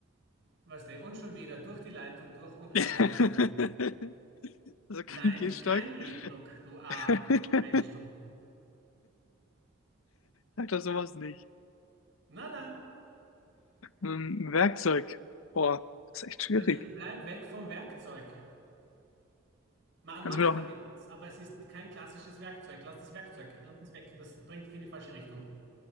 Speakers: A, on the right (about 60°); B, on the left (about 75°).
A: Was denn? Und schon wieder durch die Leitung durch und eine
B: <laughs>
A: runtergeflogen.
B: Also kein
A: Nein,
B: Gehstock.
A: kein Gehstock, du A-Mensch,
B: <laughs>
A: du.
B: Sag doch sowas nicht.
A: Na, na,
B: Ähm, Werkzeug. Boah, das ist echt schwierig.
A: jetzt bleib weg vom Werkzeug. Man
B: Kannst
A: macht
B: du mir noch.
A: damit was, aber es ist kein klassisches Werkzeug. Lass das Werkzeug, lass das weg. Das bringt dich in die falsche Richtung.